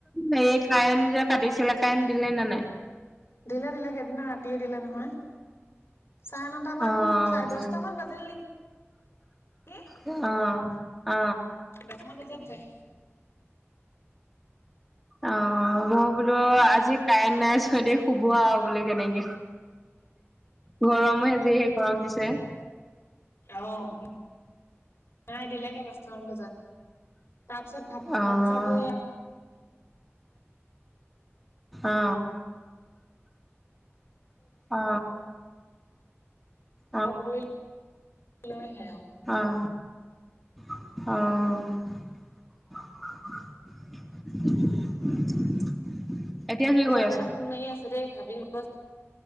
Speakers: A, in the centre; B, on the left.
A: হেৰি কাৰেণ্ট যে কাটিছিলে কাৰেণ্ট দিলে নে নাই
B: দিলা দিলা সেইদিনা ৰাতিয়ে দিলে নহয় চাৰে নটামান
A: অ',
B: চাৰে দহটামান বাজিল নে কি
A: অ অ
B: দচমান বজাত যায়
A: অ মই বোলো আজি কাৰেণ্ট নাই ছ দে শুব আৰু বোলে কেনেকে। গৰমহে যিহে গৰম দিছে
B: অ। হো নাই দিলে গে দহতামান বজাত তাৰপিছত ভাত
A: অ'
B: ভাত চাট বোৰ ইআক
A: অ অ অ'
B: খাব লৈ সে
A: আহ অ <unintelligible>
B: পূজা
A: কৰি আছা?
B: বাইএ ফোন মাৰি আছে দেই ভাবিব বচ